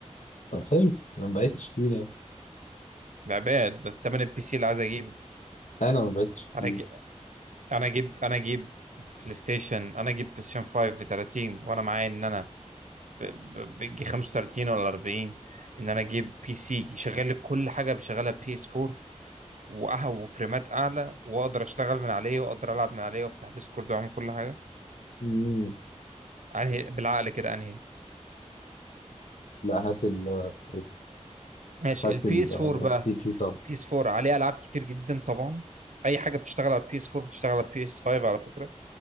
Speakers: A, on the left (about 80°); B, on the right (about 80°).
A: طب حلو انا ما بعتش كتير يعني
B: لا باد ده التمن البي سي اللي عايز اجيبه
A: انا ما بعتش كتير
B: انا اجيب انا اجيب انا اجيب بلاي ستيشن انا اجيب بلاي ستيشن 5 ب 30 وانا معايا ان انا ب- ب- بيجي 35 ولا 40 ان انا اجيب بي سي يشغل لي كل حاجه بشغلها بي اس 4 وأه- وفريمات اعلى واقدر اشتغل من عليه واقدر العب من عليه وافتح ديسكورد واعمل كل حاجه
A: مم.
B: انهي بالعقل كده انهي
A: لا هات ال اسمه إيه ده؟
B: ماشي
A: هات
B: البي
A: البي
B: اس 4 بقى
A: سي طب
B: البي اس 4 عليه العاب كتير جدا طبعا اي حاجه بتشتغل على البي اس 4 بتشتغل على البي اس 5 على فكره